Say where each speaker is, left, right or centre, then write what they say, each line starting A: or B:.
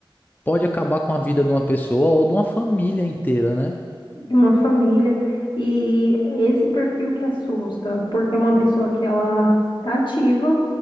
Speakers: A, on the left; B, on the left.
A: pode acabar com a vida de uma pessoa ou de uma família inteira, né?
B: de uma família. E esse perfil que assusta, porque é uma pessoa que ela tá ativa,